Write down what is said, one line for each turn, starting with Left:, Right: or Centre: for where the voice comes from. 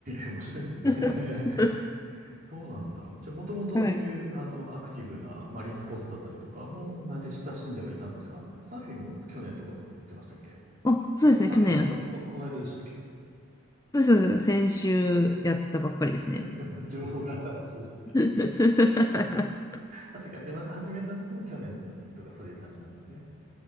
Right: <laughs> 面白いですね。
Left: <laughs>
Right: <laughs> そうなんだ。じゃあ、もともとそういう、
Left: はい。
Right: あの、アクティブなマリンスポーツだったりとかも、慣れ親しんではいたんですかサーフィンも去年とかって言ってましたっけ
Left: あ、そうですね、
Right: あ、サーフィンはこね、
Left: 去年。
Right: この、この間でしたっけ
Left: そうそうそう、先週やったばっかりですね。
Right: <laughs> 情報が新しい。
Left: <laughs>
Right: あ、それか。で、また始めたのも去年とかそういう感じなんですね。